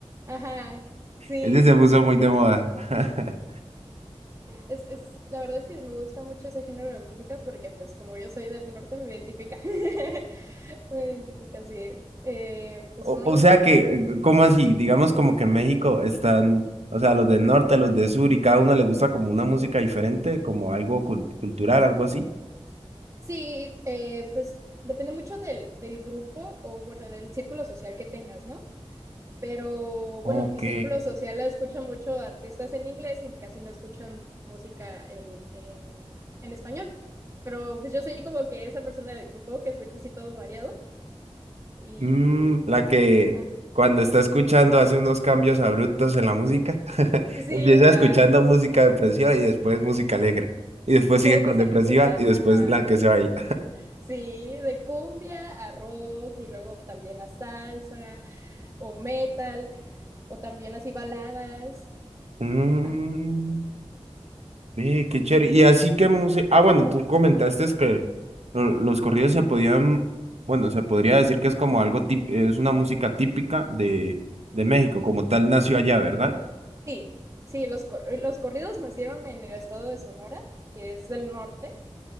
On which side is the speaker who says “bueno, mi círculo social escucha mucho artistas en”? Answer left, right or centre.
Right